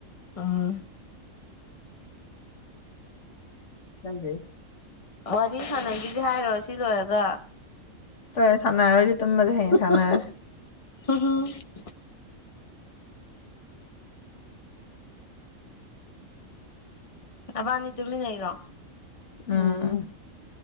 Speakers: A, on the left (about 25°); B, on the left (about 60°).
A: ꯑꯥ
B: ꯏꯀꯥꯏꯖꯦꯏ
A: ꯋꯥꯔꯤ ꯁꯥꯟꯅꯈꯤꯁꯦ ꯍꯥꯏꯔꯣ ꯁꯤ ꯂꯣꯏꯔꯒ
B: ꯇꯣꯏ ꯊꯥꯟꯅꯔꯔꯦꯏꯁꯦ ꯇꯨꯃꯁꯦ ꯍꯌꯦꯡ ꯊꯅꯔꯁꯤ
A: <unintelligible> ꯅꯕꯥꯅꯤ ꯇꯨꯃꯤꯟꯅꯩꯔꯣ
B: ꯎꯝ